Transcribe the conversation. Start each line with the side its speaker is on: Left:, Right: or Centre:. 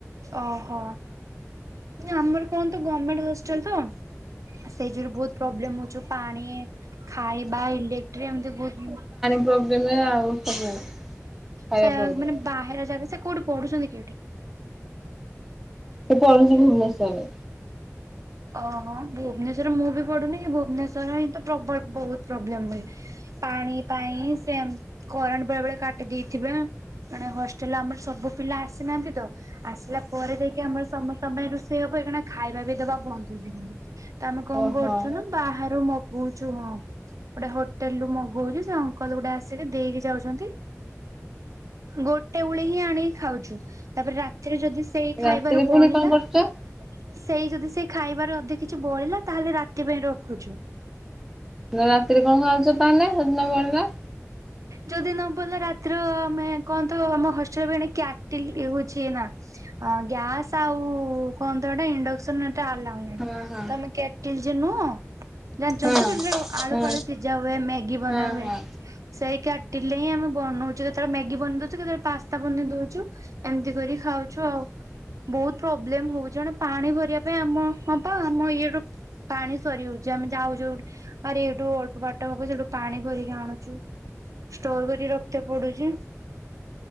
Right: ଓହୋ ଆମର କଣନ୍ତ ଗର୍ମେଣ୍ଟ ହଷ୍ଟେଲ ତ ସେ ଯୋରୁ ବୋହୁତ ପ୍ରୋବ୍ଲେମ ହୋଉଚି ପାଣି ଖାଇ ବା ଇଲେକଟ୍ରି ଏମତି ବୋହୁତ
Centre: ପ୍ରୋବ୍ଲେମେ ଆଉ ସବୁ ଖାଇବା
Right: ସେୟା
Centre: ପ୍ରୋବ୍ଲେମ।
Right: ମାନେ ବାହାର ଜାଗା ସେ କୋଉଠି ପଢୁଛନ୍ତି କେଉଠି?
Centre: ସେ ପଢୁଚି ଭୁବନେଶ୍ୱରରେ।
Right: ଓହୋ ଭୁବନେଶ୍ଵରରେ ମୁଁ ବି ପଡୁନି କି ଭୁବନେଶ୍ୱର ହିଁ ତ ପ୍ରବଳ ବୋହୁତ ପ୍ରୋବ୍ଲେମ ହୁଏ ପାଣି ପାଇଁ ସିଏ କରେଣ୍ଟ ବେଳେବେଳେ କାଟି ଦେଇଥିବେ। ଏଣେ ହଷ୍ଟେଲରେ ଆମର ସବୁ ପିଲା ଆସିନାହାନ୍ତି ତ ଆସିଲା ପରେ ଯାଇକି ଆମର ସମସ୍ତଙ୍କ ପାଇଁ ରୋଷେଇ ହବ ଏଇଖିଣା ଖାଇବା ବି ଦେବା ବନ୍ଦ ହଛି ତ ଆମେ କଣ
Centre: ଓହୋ
Right: କରୁଛୁ ନା ବାହାରୁ ମଗଉଛୁ ହଁ। ଗୋଟେ ହୋଟେଲରୁୁ ମଗଉଛୁ ସେ ଅଙ୍କଲ ଗୋଟେ ଆସିକି ଦେଇକି ଯାଉଛନ୍ତି। ଗୋଟେ ଉଳି ହିଁ ଆଣିକି ଖାଉଛୁ ତାପରେ ରା ତିରେ ଯଦି ସେଇ ଖାଇବାରୁ
Centre: ରାତିରେ
Right: ବଳିଲା।
Centre: ପୁଣି କଣ କରୁଛ?
Right: ସେଇ ଯଦି ସେ ଖାଇବାରେ ଅଧେ କିଛି ବଳିଲା ତାହେଲେ ରାତି ପାଇଁ ରଖୁଛୁ।
Centre: ରାତିରେ କଣ ଖାଉଛ ତାହେଲେ ସେଦିନ ନ ବଳିଲା।
Right: ଯଦି ନ ପିଲ ରାତିରେ ଆମେ କହନ୍ତୁ ଆମ ହଷ୍ଟେଲ କ୍ୟାଟିନ୍ ହେଉଛି ନା ଅ ଗ୍ୟାସ୍ ଆଉ କନ୍ତ ଏଇଟା ଇଣ୍ଡକ୍ସନରେ ଟା ହେଲା ନହିଁ
Centre: ହଁ ହଁ
Right: ତମେ କେଟିଲ ଯେ ନୁହଁ। ଜାଣିଛ
Centre: ହଁ
Right: ତୁ
Centre: ହଁ
Right: ଯୋଟ ଆଳୁ
Centre: ହଁ
Right: ଫଳୁ ସିଝା ହୁଏ ମ୍ୟାଗି ବନା
Centre: ହଁ
Right: ହୁଏ।
Centre: ହଁ।
Right: ସେଇ କେଟିଲେ ହିଁ ଆମେ ବନଉଛୁ କେତେବେଳ ମେଗି ବନେଇ ଦଉଛୁ କେତେବେଳେ ପାସ୍ତା ବନେଇ ଦଉଛୁ ଏମିତି କରିକି ଖାଉଛୁ ଆଉ। ବହୁତ ପ୍ରୋବ୍ଲେମ ହଉଛି ଏଣେ ପାଣି ଭରିବା ପାଇଁ ଆମ ହଁ ବା ଆମ ଇଏ ର ପାଣି ସରି ଯାଉଛି ଆମେ ଯାଉଛୁଠି ଆାର ଏଇଠୁ ଅଳ୍ପ ବାଟ ହବ ସେଠୁ ପାଣି ଭରିକି ଆଣୁଛୁ। ଷ୍ଟୋର କରି ରଖତେ ପଡୁଛି